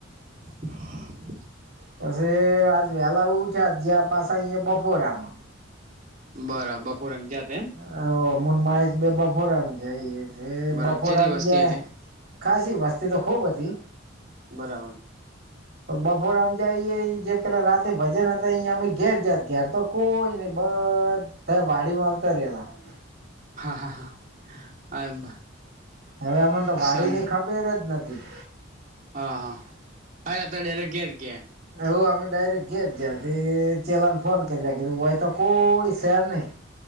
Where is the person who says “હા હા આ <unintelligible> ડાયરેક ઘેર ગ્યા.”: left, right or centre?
Right